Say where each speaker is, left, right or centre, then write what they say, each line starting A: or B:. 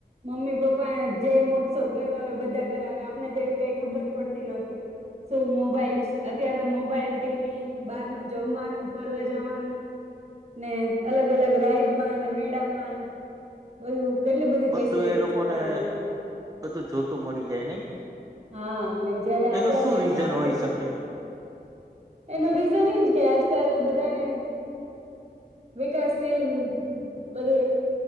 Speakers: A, on the right; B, on the right.
A: મમ્મી પપ્પા જે મહોત્સવ કરવા આવે બધા કરાવ આપને તો એવી કઈ ખબર પડતી નહતી શું મોબાઈલ અત્યારે મોબાઈલ ટીવી બાર ન જમવાનું ફરવા જવાનું ને અલગ અલગ રાઈડમાં મેળામાં બધું કેટલી બધી
B: બધું
A: ફેસિલિટી
B: એ લોકોને
A: છોકરાઓને મળે
B: બધું જોતું મળી જાય નઈ
A: હા. અને જયારે આપડા
B: એનું શું
A: ટાઈમમાં
B: રીઝન
A: આવું
B: હોઈ
A: કયો
B: શકે
A: હતું એનું રીઝન એજ કે આજકાલ બધાને વિકાસશીલ બધે